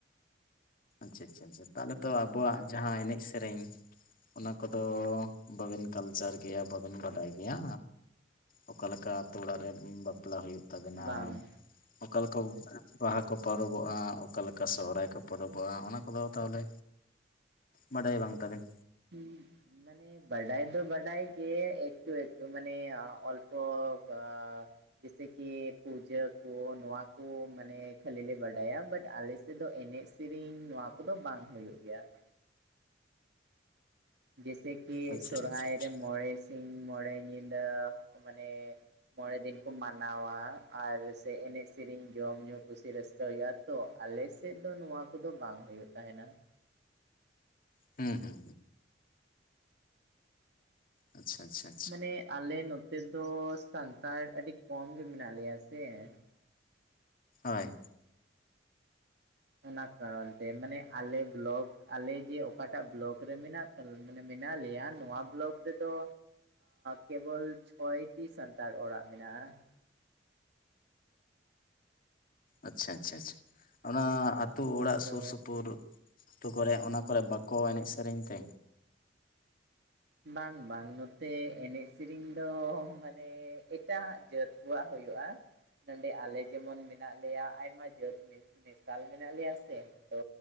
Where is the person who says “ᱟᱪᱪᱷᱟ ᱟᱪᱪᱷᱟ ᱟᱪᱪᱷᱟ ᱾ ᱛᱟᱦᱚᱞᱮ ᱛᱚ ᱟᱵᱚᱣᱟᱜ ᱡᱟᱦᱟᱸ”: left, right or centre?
Left